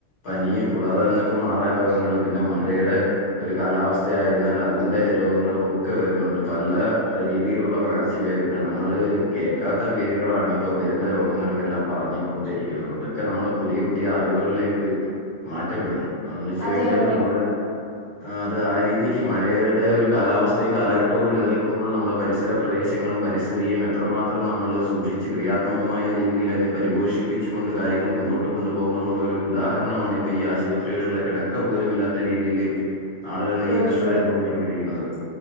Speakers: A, on the left (about 55°); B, on the left (about 80°).
A: പനിയും കൂടാതെ തന്നെ ഇപ്പ മാറാ രോഗങ്ങള് പിന്നെ മഴയുടെ ഒരു കാലാവസ്ഥയായതിനാൽ അതിന്റെ രോഗങ്ങളും ഒക്കെ വരുന്നുണ്ട് പല രീതിയിലുള്ള പകർച്ച വാതി നമ്മള് കേൾക്കാത്ത പേരുകളാണ് ഇപ്പം വരുന്ന രോഗങ്ങൾക്കെല്ലാം പറഞ്ഞ കൊണ്ടിരിക്കുന്നത് ഒക്കെ നമ്മുടെ പുതിയ പുതിയ അറിവുകളിലേക്ക് മാറ്റപ്പെടുന്നു അതന്ന് വെച്ചഴിഞ്ഞാല്
B: അതെ അതെ
A: നമ്മള് <inaudible> അത് ആ രീതിക്ക് മഴയുടെ ഒരു കാലാവസ്ഥയും കാലഘട്ടവും നിലനിൽക്കുമ്പോൾ നമ്മുടെ പരിസര പ്രദേശങ്ങളും പരി സ്ഥിതിയും എത്രമാത്രം നമ്മൾ സൂക്ഷിച്ച് ക്രിയാത്മകമായ രീതിയിൽതിനെ പരിപോഷിപ്പിച്ചു കൊണ്ട് കാര്യങ്ങൾ മുന്നോട്ട് കൊണ്ടു പോകണം എന്നുള്ള ഒരു ഉദാഹരണമാണ് ഇപ്പൊ ഈ ആശുപത്രികളിലെ കിടക്ക പോലും ഇല്ലാത്ത രീതിയിൽ ആളുകൾ
B: രോഗികള്.
A: ഈ കഷ്ടത അനുഭവിച്ചു കൊണ്ടിരിക്കുന്നത്